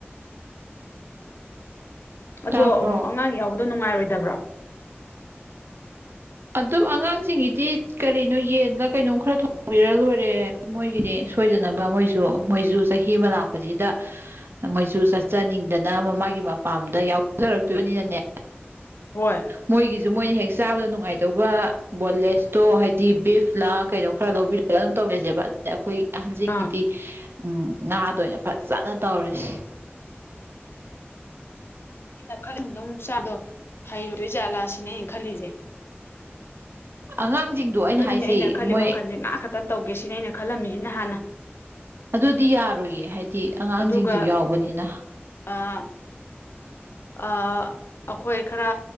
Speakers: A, on the left (about 65°); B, on the right (about 60°).
A: ꯑꯗꯣ
B: ꯇꯥꯕ꯭ꯔꯣ
A: ꯑꯃꯨꯛ ꯑꯉꯥꯡ ꯌꯥꯎꯕꯗꯣ ꯅꯨꯡꯉꯥꯏꯔꯣꯏꯗꯕ꯭ꯔꯣ
B: ꯑꯗꯨꯞ ꯑꯉꯥꯡꯁꯤꯡꯒꯤꯗꯤ ꯀꯔꯤꯅꯣ ꯌꯦꯟꯒ ꯀꯩꯅꯣꯝ ꯈꯔ ꯊꯣꯡꯕꯤꯔ ꯂꯣꯏꯔꯦ ꯃꯣꯏꯒꯤꯗꯤ ꯁꯣꯏꯗꯅꯕ ꯃꯣꯏꯁꯨ ꯃꯣꯏꯁꯨ ꯆꯍꯤ ꯑꯃ ꯂꯥꯛꯄꯁꯤꯗ ꯃꯣꯏꯁꯨ ꯆꯠꯆꯅꯤꯡꯗꯅ ꯃꯃꯥꯒꯤ ꯃꯄꯥꯝꯗ ꯌꯥꯎꯖꯔꯛꯇꯣꯏꯕꯅꯤꯅꯅꯦ
A: ꯍꯣꯏ
B: ꯃꯣꯏꯒꯤꯁꯨ ꯃꯣꯏꯅ ꯍꯦꯛ ꯆꯥꯕꯗ ꯅꯨꯡꯉꯥꯏꯗꯧꯕ ꯕꯣꯟꯂꯦꯁꯇꯣ ꯍꯥꯏꯗꯤ ꯕꯤꯐꯂꯥ ꯀꯩꯅꯣ ꯈꯔ ꯂꯧꯕꯤꯔ ꯑꯗꯨꯝ ꯇꯧꯒꯖꯦꯕ ꯑꯩꯈꯣꯏꯒꯤ ꯑꯍꯥꯟꯖꯤꯀꯤꯗꯤ
A: ꯑꯥ
B: ꯉꯥꯗ ꯑꯣꯏꯅ ꯐꯖꯅ ꯇꯧꯔꯁꯤ
A: ꯑꯩꯅ ꯈꯜꯂꯤꯕꯗꯣ ꯆꯥꯗꯣ ꯍꯩꯔꯨꯗꯣꯏ ꯖꯥꯠꯂꯥꯁꯤꯅꯦ ꯑꯩꯅ ꯈꯜꯂꯤꯁꯦ
B: ꯑꯉꯥꯡꯁꯤꯡꯗꯣ
A: ꯑꯗꯨꯅꯤꯅꯦ
B: ꯍꯥꯏꯁꯤ
A: ꯑꯩꯅ ꯈꯜꯂꯤ
B: ꯃꯣꯏ
A: ꯋꯥꯈꯜꯁꯦ ꯉꯥꯏꯍꯥꯛ ꯈꯛꯇꯪ ꯇꯧꯒꯦ ꯁꯤꯅꯦ ꯑꯩꯅ ꯈꯜꯂꯝꯃꯤꯁꯤꯅꯤ ꯍꯥꯟꯅ
B: ꯑꯗꯨꯗꯤ ꯌꯥꯔꯣꯏꯌꯦ ꯍꯥꯏꯗꯤ ꯑꯉꯥꯡꯁꯤꯡꯁꯨ
A: ꯑꯗꯨꯒ
B: ꯌꯥꯎꯕꯅꯤꯅ
A: ꯑꯥ ꯑꯩꯈꯣꯏ ꯈꯔ